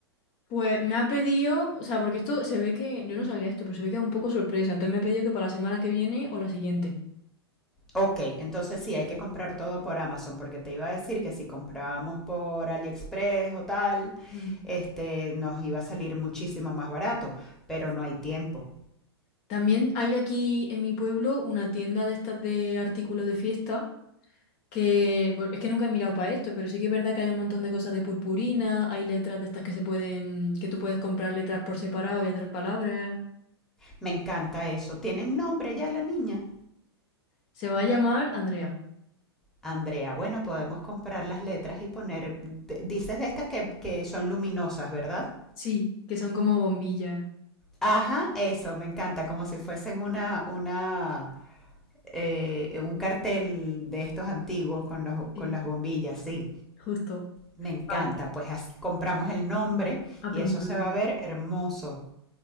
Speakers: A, on the left; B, in the centre.
A: Pues me ha pedido, o sea, porque esto se ve que, yo no sabía esto, pero se ve que es un poco sorpresa. Entonces me ha pedido que para la semana que viene o la siguiente.
B: Ok, entonces sí, hay que comprar todo por Amazon, porque te iba a decir que si comprábamos por AliExpress o tal,
A: Mm.
B: este, nos iba a salir muchísimo más barato, pero no hay tiempo.
A: También hay aquí en mi pueblo una tienda de estas de artículos de fiesta, que pues, es que nunca he mirado para esto, pero sí que es verdad que hay un montón de cosas de purpurina, hay letras de estas que se pueden, que tú puedes comprar letras por separado y hacer palabras.
B: Me encanta eso. ¿Tienen nombre ya la niña?
A: Se va a llamar Andrea.
B: Andrea, bueno, podemos comprar las letras y poner, d- dices de estas que, que son luminosas, ¿verdad?
A: Sí, que son como bombillas.
B: Ajá, eso, me encanta, como si fuesen una, una, eh, un cartel de estos antiguos con los,
A: Sí,
B: con las bombillas, sí.
A: Justo.
B: Me encanta,
A: Vale,
B: pues as- compramos el nombre
A: apunto
B: y eso se
A: el nombre.
B: va a ver hermoso.